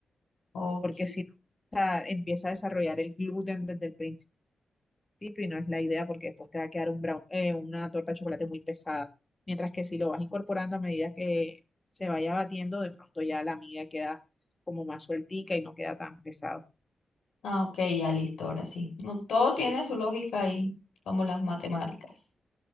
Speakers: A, on the left (about 80°); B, on the left (about 25°).
A: Ok.
B: porque si no, o sea, empieza a desarrollar el gluten desde el principio y no es la idea porque después te va a quedar un brown, eh, una torta de chocolate muy pesada. Mientras que si lo vas incorporando a medida que se vaya batiendo, de pronto ya la miga queda como más sueltica y no queda tan pesado.
A: Ah, ok, ya listo, ahora sí. No, todo tiene su lógica ahí, como las matemáticas.